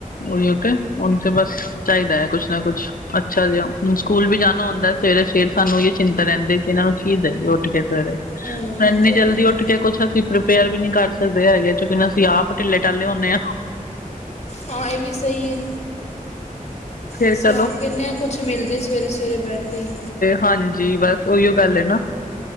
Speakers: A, on the left; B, on the left.
A: ਉਹੀਓ ਤੇ ਉਹਨੁੰ ਤੇ ਬਸ ਚਾਈਦਾ ਹੈ ਕੁਛ ਨਾ ਕੁਛ ਅੱਛਾ ਜਿ ਹਣ ਸਕੂਲ ਵੀ ਜਾਣਾ ਹੁੰਦਾ ਸਵੇਰੇ ਫੇਰ ਸਾਨੂੰ ਏ ਚਿੰਤਾ ਰੈਦੀ ਕਿ ਏਨਾਂ ਨੂੰ ਕੀ ਦਈਏ ਉੱਠ ਕੇ ਸਵੇਰੇ
B: ਹਾਂ
A: ਐਨੀ
B: ਇਹ ਤੇ
A: ਜਲਦੀ
B: ਹੈ ਹੀ
A: ਉੱਠ
B: ਹੈ
A: ਕੇ ਕੁੱਛ ਅਸੀਂ ਰਿਪੇਅਰ ਵੀ ਨੀ ਕਰ ਸਕਦੇ ਹੈਗੇ ਕਿਉਂਕਿ ਅਸੀਂ ਆਪ ਢਿੱਲੇ-ਢਾਲੇ ਹੁੰਨੇ ਆ।
B: ਹਾਂ ਏ ਵੀ ਸਈ ਏ।
A: ਫੇਰ
B: ਅਸੀਂ
A: ਚਲੋ
B: ਆਪ ਕਹਿਣੇ ਆ ਕੁਛ ਮਿਲਜੇ ਸਵੇਰੇ -ਸਵੇਰੇ ਬੈਡ ਤੇ
A: ਹਾਂਜੀ, ਬਸ ਉਹੀਓ ਗੱਲ ਏ ਨਾ।